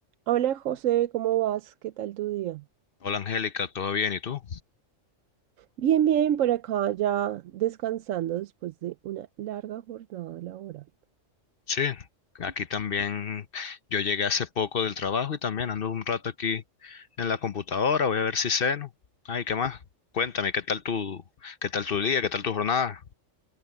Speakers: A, on the right; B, on the left.
A: Hola José, ¿cómo vas? ¿Qué tal tu día?
B: Hola Angélica, ¿todo bien? ¿Y tú?
A: Bien, bien, por acá ya descansando después de una larga jornada laboral.
B: Sí, aquí también yo llegué hace poco del trabajo y también ando un rato aquí en la computadora, voy a ver si ceno. Ay, ¿qué más? Cuéntame, ¿qué tal tu, qué tal tu día, qué tal tu jornada?